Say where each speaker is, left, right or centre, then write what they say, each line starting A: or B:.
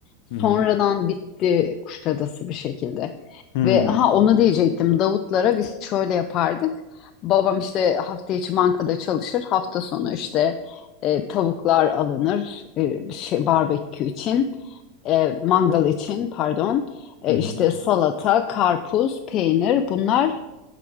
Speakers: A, on the left; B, on the left.
A: Sonradan
B: Hı hı.
A: bitti Kuşadası bir şekilde.
B: Hı hı.
A: Ve ha onu diyecektim. Davutlara biz şöyle yapardık. Babam işte hafta içi bankada çalışır. Hafta sonu işte e, tavuklar alınır e, şey barbekü için. e, mangal için pardon. E,
B: Hı
A: işte salata, karpuz, peynir bunlar